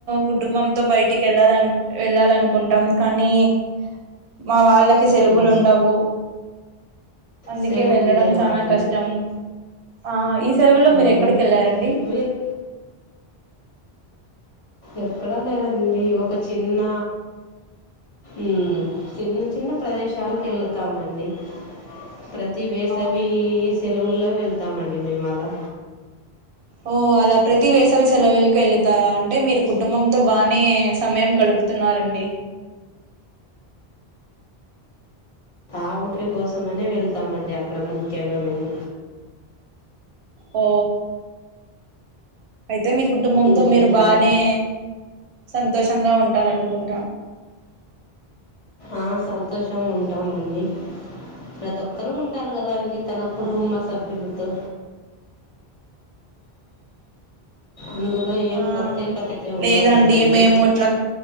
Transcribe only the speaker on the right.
కుటుంబంతో బయటికెళ్ళాలను వెళ్ళాలనుకుంటాం కానీ నీ మా వాళ్ళకి సెలువులు
ఉండవు అందుకే
వెళ్ళడం
చానా
కష్టం ఆ ఈ సెలవులో
మీరు ఎక్కడికి వెళ్లారండి
ఆ
ఓ అలా ప్రతి వేసవి సెలవుకి వెళతారా అంటే మీరు కుటుంబంతో బానే సమయం గడుపుతున్నారు రండి
ఓ అయితే మీ కుటుంబంతో
మీరు బానే సంతోష తంగా ఉంటారనుకుంట
ఆ
ఆ
లేదండి
మేము ఇట్లా